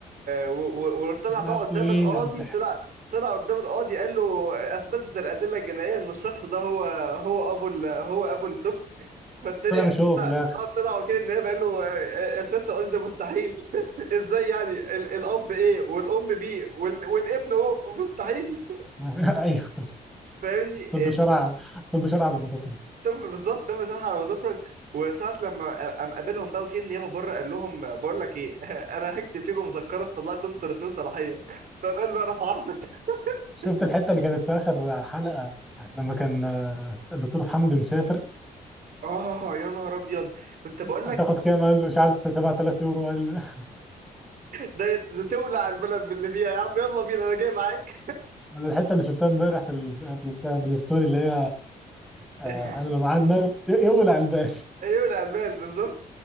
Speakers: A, on the right; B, in the centre.
A: و... و- وطلع
B: يا لهوي
A: بقى قدام القاضي
B: على الضحك
A: طلع طلع قدام القاضي قال له اثبتت الادله الجنائيه ان الشخص ده هو هو ابو ال... هو ابو الطفل فالتاني
B: طلع
A: قام
B: مش هو
A: طلع
B: في الاخر
A: اه طلع وكيل النيابه قال له آه، آه، يا سياده القاضي ده مستحيل <laughs> ازاي يعني ال... الاب ايه والام بي وال... والابن او مستحيل
B: <laughs> ايوه
A: فاهمني
B: طب شرع طب شرع على مضافنا
A: طب بالظبط تم شرح على مظافرك وساعة لما قام قابلهم بقى وكيل النيابة بره قال لهم بقول لك ايه <laughs> انا هكتب فيكم مذكرة تطلعكم انتوا الاتنين صلاحية فقال له انا في عرضك
B: شفت
A: <laughs>
B: الحته اللي كانت في اخر حلقه لما كان الدكتور حمدي مسافر
A: اه يا نهار ابيض كنت بقول
B: هتاخد
A: لك
B: كام قال له مش عارف 7000 يورو قال
A: ده يت- ده تولع البلد باللي فيها يا عم يلا بينا انا جاي معاك
B: انا الحته اللي شفتها امبارح في ال... في البتاع- في الستوري اللي هي آه،
A: <laughs>
B: انا لو معايا المال ي- يولع البال
A: يولع البلد بالظبط